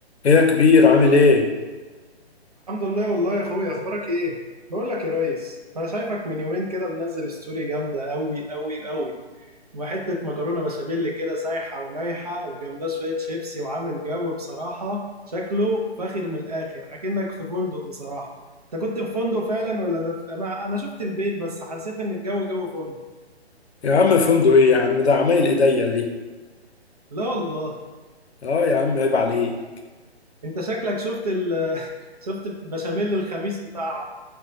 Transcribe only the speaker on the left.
ايه يا كبير عامل ايه؟
يا عم فندق ايه يا عم ده عمايل ايديا دي
اه يا عم عيب عليك